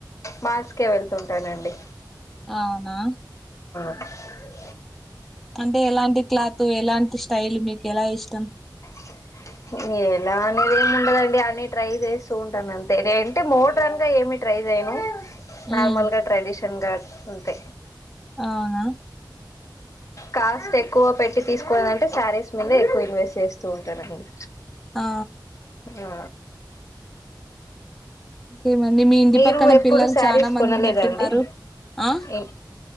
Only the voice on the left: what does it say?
మాస్కే వెళ్తుంటానండి
ఆ <unintelligible>
<inaudible> ఎలా అనేది ఏమి ఉండదండి అని ట్రై చేస్తూ ఉంటాను అంతే అంటే లేదంటే మోడర్న్ గా ఏమి ట్రై చేయను
నార్మల్ గా ట్రెడిషన్ గా అంతే
కాస్ట్ ఎక్కువ పెట్టి తీసుకోవదంటే శారీస్ మీంద ఎక్కువ ఇన్వెస్ట్ చేస్తూ ఉంటారండి
ఆ
మీరు
ఎప్పుడు
శారీస్
కొనలేదండిఏ